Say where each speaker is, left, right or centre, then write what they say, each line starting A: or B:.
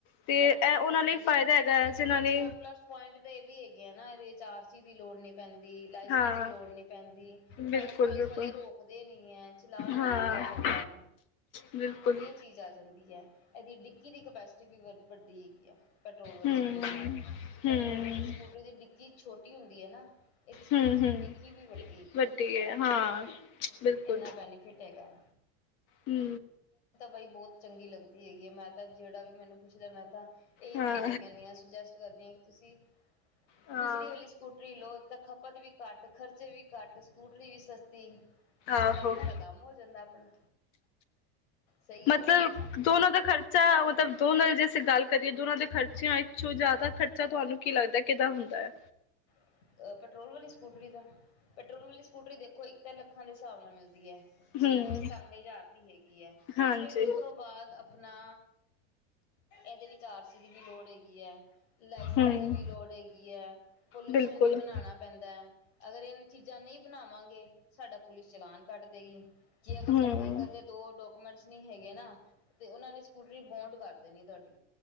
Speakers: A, on the left (about 40°); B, on the left (about 80°).
A: ਤੇ
B: ਹਲਕੀ
A: ਇਹ
B: ਵੀ
A: ਉਹਨਾਂ
B: ਹੁੰਦੀ
A: ਲਈ ਫਾਇਦਾ
B: ਹੈ,
A: ਹੈਗਾ
B: ਇਹਦੇ
A: ਜਿਨਾਂ
B: ਵਿੱਚ
A: ਨੇ
B: ਪਲੱਸ ਪੁਆਇੰਟ ਤਾਂ ਇਹ ਵੀ ਹੈਗੇ ਆ ਨਾ ਇਹਦੇ ਆਰਸੀ ਦੀ ਲੋੜ ਨਹੀਂ ਪੈਂਦੀ ਦੀ ਲਾਇਸੈਂਸ
A: ਹਾਂ
B: ਦੀ ਲੋੜ ਨੀ ਪੈਂਦੀ ਤੁਹਾਨੂੰ
A: ਬਿਲਕੁਲ
B: ਪੁਲਿਸ
A: ਬਿਲਕੁਲ
B: ਵਾਲੇ ਰੋਕਦੇ ਨੀ ਹੈ, ਚਲਾਨ ਨੀ
A: ਹਾਂ
B: ਕੱਟਿਆ ਜਾਂਦਾ
A: ਬਿਲਕੁਲ
B: ਇਹ ਚੀਜ਼ ਆ ਜਾਂਦੀ ਹੈ, ਇਹਦੀ ਡਿੱਕੀ ਦੀ ਕਪੈਸਿਟੀ ਵੀ ਵ ਵੱਡੀ ਐ, ਹੈ, ਪੈਟਰੋਲ ਵਾਲੀ
A: ਹੂੰ
B: ਸਕੂਟਰੀ ਨਾਲੋਂ
A: ਹੂੰ
B: ਪੈਟਰੋਲ ਵਾਲੀ ਸਕੂਟਰੀ ਦੀ ਡਿੱਕੀ ਛੋਟੀ ਹੁੰਦੀ ਹੈ, ਨਾ ਇਹ ਤੇ ਸਕੂਟਰ
A: ਹੂੰ ਹੂੰ
B: ਦੀ ਡਿੱਕੀ ਵੀ ਵੱਡੀ ਹੈਗੀ
A: ਵੱਡੀ
B: ਹੈ
A: ਹਾਂ ਬਿਲਕੁਲ
B: ਇਨਾ ਬੈਨੀਫਿਟ ਹੈਗਾ।
A: ਹੂੰ,
B: ਕੋਈ ਬਹੁਤ ਚੰਗੀ ਲੱਗਦੀ ਹੈਗੀ ਹੈ, ਮੈਂ ਤਾਂ ਜਿਹੜਾ ਵੀ ਮੈਨੂੰ ਪੁੱਛਦਾ ਮੈਂ ਤਾਂ ਇਹੀ
A: ਹਾਂ
B: ਭੈਣ ਜੀ ਕਹਿੰਨੀ ਆ ਸੁਜੈਸਟ ਕਰਦੀ ਹਾਂ ਕਿ ਤੁਸੀਂ
A: ਹਾਂ
B: ਬਿਜਲੀ ਵਾਲੀ ਸਕੂਟਰੀ ਲਓ, ਤਾਂ ਖਪਤ ਵੀ ਘੱਟ ਖਰਚੇ ਵੀ ਘੱਟ ਸਕੂਟਰੀ ਵੀ ਸਸਤੀ
A: ਆਹੋ
B: ਕੰਮ ਦਾ ਕੰਮ ਹੋ ਜਾਂਦਾ ਆਪਣਾ ਸਹੀ ਹੈ
A: ਮਤਲਬ
B: ਨਾ ਭੈਣ ਜੀ
A: ਦੋਨੋ ਦਾ ਖਰਚਾ ਮਤਲਬ ਦੋਨੋ ਜ ਗੱਲ ਕਰੀਏ ਦੋ ਉਹਨਾਂ ਦੇ ਖਰਚਿਆਂ ਵਿੱਚੋਂ ਜ਼ਿਆਦਾ ਖਰਚਾ ਤੁਹਾਨੂੰ ਕੀ ਲੱਗਦਾ। ਕਿਦਾਂ ਹੁੰਦਾ ਐ।
B: ਅ ਪੈਟਰੋਲ ਵਾਲੀ ਸਕੂਟਰੀ ਦਾ, ਪੈਟਰੋਲ ਵਾਲੀ ਸਕੂਟਰੀ ਦੇਖੋ, ਇੱਕ ਤਾਂ ਲੱਖਾਂ ਦੇ ਹਿਸਾਬ ਨਾਲ ਮਿਲਦੀ ਹੈ ਛਿਆਨਵੇਂ
A: ਹੂੰ,
B: ਸਤਾਨਵੇਂ ਹਜ਼ਾਰ ਦੀ ਹੈਗੀ ਹੈ,
A: ਹਾਂਜੀ,
B: ਫਿਰ ਉਸ ਤੋਂ ਬਾਅਦ ਆਪਣਾ ਇਹਦੇ ਵਿਚਾਰ ਦੀ ਵੀ ਲੋੜ ਹੈਗੀ। ਲਾਇਸੈਂਸ
A: ਹੂੰ,
B: ਦੀ ਵੀ ਲੋੜ ਹੈਗੀ ਹੈ ਪੋ
A: ਬਿਲਕੁਲ,
B: ਵੀ ਬਣਾਣਾ ਪੈਂਦਾ ਹੈ, ਅਗਰ ਇਹਨ ਚੀਜ਼ਾਂ ਨਹੀਂ ਬਣਾਵਾਂਗੇ। ਸਾਡਾ ਪੁਲਿਸ ਚਲਾਨ ਕੱਟ ਦੇਗੀ ਜੇ ਅਗਰ
A: ਹੂੰ।
B: ਸੜਕ ਇੱਕ ਦੋ ਡਾਕੂਮੈਂਟਸ ਨਹੀਂ ਹੈਗੇ ਨਾ, ਤੇ ਉਹਨਾਂ ਨੇ ਸਕੂਟਰੀ ਬੋਂਡ ਕਰਦੇ ਨੇ ਤੁਹਾਡੀ,